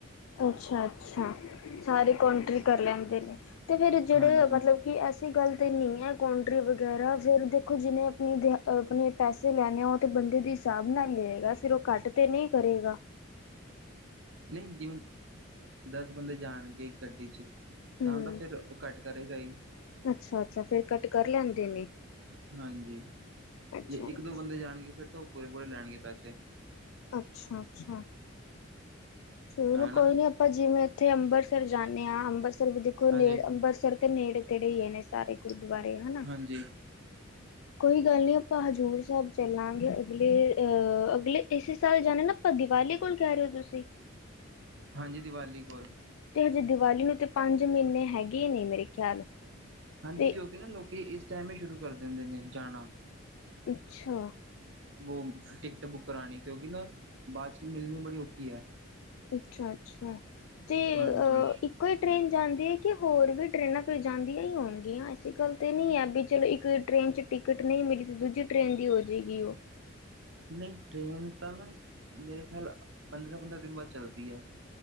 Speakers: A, on the left (about 85°); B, on the right (about 65°).
A: ਅੱਛਾ ਅੱਛਾ ਸਾਰੇ ਕੋਂਟ੍ਰੀ ਕਰ ਲੈਂਦੇ ਨੇ। ਤੇ ਫ਼ਿਰ ਜਿਹੜੇ,
B: ਹਾਂਜੀ
A: ਮਤਲਬ ਕਿ ਐਸੀ ਗੱਲ ਤੇ ਨਹੀਂ ਹੈ ਕੌਣ ਰੀ ਵਗੈਰਾ ਫੇਰ ਦੇ ਦੇਖੋ ਜਿਹਨੇ ਆਪਣੀ ਦਿਆ ਆਪਣੇ ਪੈਸੇ ਲੈਣੇ ਹੋਣ ਤੇ ਬੰਦੇ ਦੇ ਹਿਸਾਬ ਨਾਲ ਹੀ ਲਏਗਾ, ਫਿਰ ਉਹ ਕੱਟ ਤੇ ਨਹੀਂ ਕਰੇਗਾ।
B: ਨਹੀਂ ਜਿਵੇਂ ਦਸ ਬੰਦੇ ਜਾਣਗੇ ਗੱਡੀ ਚ
A: ਹੂੰ
B: ਤਾਂ ਤਾਂ ਫਿਰ ਉਹ ਘੱਟ ਕਰੇਗਾ ਹੀ।
A: ਅੱਛਾ-ਅੱਛਾ ਫੇਰ ਕੱਟ ਕਰ ਲੈਂਦੇ ਨੇ
B: ਹਾਂਜੀ,
A: ਅੱਛਾ-ਅੱਛਾ,
B: ਜੇ ਇੱਕ ਦੋ ਬੰਦੇ ਜਾਣਗੇ ਫਿਰ ਤਾਂ ਉਹ ਪੂਰੇ ਪੂਰੇ ਲੈਣਗੇ। ਪੈਸੇ
A: ਅੱਛਾ-ਅੱਛਾ ਚਲੋ
B: ਹਨਾ
A: ਕੋਈ ਨੀ, ਆਪਾਂ ਜਿਵੇਂ ਉੱਥੇੰ ਅੰਬਰਸਰ ਜਾਂਦੇ ਹਾਂ, ਅੰਬਰਸਰ ਸਰ ਵੀ ਦੇਖੋ ਨੇੜ
B: ਹਾਂਜੀ
A: ਅੰਬਰਸਰ ਨੇੜੇ ਤੇੜੇ ਹੀ ਏ ਨੇੇ ਸਾਰੇ ਗੁਰੂ ਦੁਆਰੇ ਹੈਨਾ।
B: ਹਾਂਜੀ
A: ਕੋਈ ਗੱਲ ਨੀ ਆਪਾਂ ਹਜ਼ੂਰ ਸਾਹਿਬ ਚੱਲਾਂਗੇ ਅਗਲੇ ਅਹ ਅਗਲੇ ਇਸੇ ਸਾਲ ਜਾਣੇ ਨਾ ਆਪਾਂ ਦੀਵਾਲੀ ਕੋਲ ਕਹਿ ਰਹੇ ਹੋ ਤੁਸੀਂ
B: ਹਾਂਜੀ ਦੀਵਾਲੀ ਕੋਲ
A: ਤੇ ਹਜੇ ਦੀਵਾਲੀ ਨੂੰ ਤੇ ਪੰਜ ਮਹੀਨੇ ਹੈਗੇ ਹੀ ਨੇ ਮੇਰੇ ਖਿਆਲ
B: ਹਾਂਜੀ
A: ਤੇ
B: ਕਿਉਂਕਿ ਨਾ ਲੋਕੀ ਇਸ ਟਾਈਮ ਹੀ ਸ਼ੁਰੂ ਕਰ ਦਿੰਦੇ ਨੇ ਜਾਣਾ।
A: ਅੱਛਾ
B: ਉਹ ਟਿਕਟ ਬੁੱਕ ਕਰਾਣੀ, ਕਿਉਂਕਿ ਨਾ ਬਾਅਦ ਚ ਮਿਲਣੀ ਬੜੀ ਔਖੀ ਹੈ।
A: ਅੱਛਾ ਅੱਛਾ ਤੇ
B: ਹਾਂਜੀ।
A: ਅ ਇੱਕੋ ਹੀ ਟ੍ਰੇਨ ਜਾਂਦੀ ਹੈ ਕਿ ਹੋਰ ਵੀ ਟ੍ਰਰੇਨਾਂ ਫਿਰ ਜਾਂਦੀਆਂ ਹੀ ਹੋਣਗੀਆਂ। ਐਸੀ ਗੱਲ ਤੇ ਨਹੀਂ ਹੈ ਵੀ ਚਲੋ ਇੱਕ ਟ੍ਰਰੇਨ ਚ ਟਿਕਟ ਨਹੀਂ ਮਿਲੀ ਤੇ ਦੂਜੀ ਟ੍ਰੇਨ ਦੀ ਹੋ ਜਾਏਗੀ ਉਹ।
B: ਨਹੀਂ ਟ੍ਰੇਨ ਤਾਂ ਨਾ ਮੇਰੇ ਖਿਆਲ ਪੰਦਰਾਂ-ਪੰਦਰਾਂ ਦਿਨ ਬਾਅਦ ਚੱਲਦੀ ਹੈ।